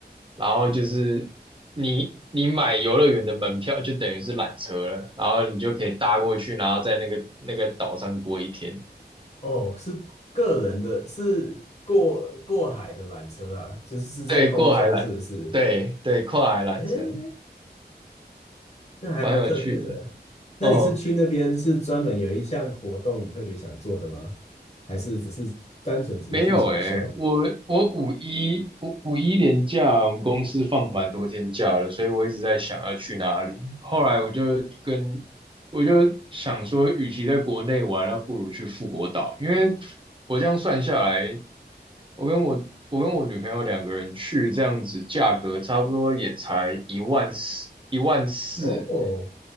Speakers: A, on the right; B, on the left.
A: 然后就是你你买游乐园的门票，就等于是缆车了，然后你就可以搭过去，然后在那个那个岛上过一天。
B: 哦，是个人的，是过过海的缆车啊，就是是在空中，
A: 对，过海缆，
B: 是不是？
A: 对对，跨海缆车，
B: 诶，那还蛮特别的。
A: 蛮有趣的。
B: 那你是去那边是专门有一项活动你特别想做的吗？
A: 嗯，
B: 还是只是单纯只是去享受？
A: 没有诶、我我五一五五一连假，我们公司放蛮多天假了，所以我一直在想要去哪里。后来我就跟我就想说，与其在国内玩，那不如去富国岛，因为我这样算下来，我跟我我跟我女朋友两个人去，这样子价格差不多也才一万四一万四，
B: 哦，